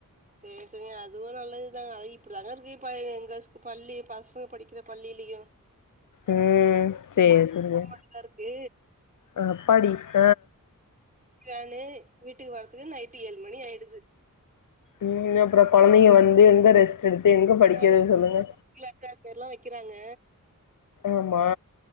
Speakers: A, on the right; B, on the left.
A: சேரி சேரிங்க அதுவு நல்லதுதா இப்டிதாங்க இருக்கு இப்ப எங்க ஸ்கூ பள்ளி பசங்க படிக்க குற பள்ளிலயு
B: ம் சேர் சேரிங்க
A: மட்டுந்தா இருக்கு
B: அ அப்பாடி இப்ப
A: யானு வீட்டுக்கு வரத்துக்கு நைட்டு ஏழு மணி ஆயிடுது
B: இல்லங்க அப்ற கொழந்தைங்க வந்து எங்க ரெஸ் க் எடுத்து எங்க படிக்கிறது
A: அதா
B: சொல்லுங்க
A: கிளாஸ் அது மாரிலா வைக்கிறாங்க
B: ஆமா